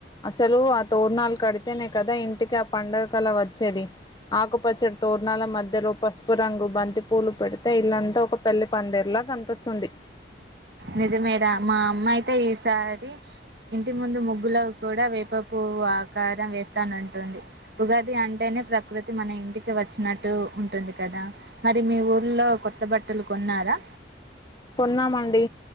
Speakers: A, on the left (about 20°); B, on the right (about 55°).
A: అసలు ఆ తోరణాలు కడితేనే కదా ఇంటికి ఆ పండగ కల వచ్చేది ఆకుపచ్చడి తోరణాల మధ్యలో పసుపు రంగు బంతి పూలు పెడితే ఇల్లంతా ఒక పెళ్లి పందిరి లా కనిపిస్తుంది
B: నిజమేరా మా అమ్మ అయితే ఈసారి ఇంటి ముందు ముగ్గులో కూడా వేపపువ్వు ఆకారం వేస్తానంటుంది ఉగాది అంటేనే ప్రకృతి మన ఇంటికి వచ్చినట్టు ఉంటుంది కదా మరి మీ ఊర్లో కొత్త బట్టలు కొన్నారా
A: కొన్నామండి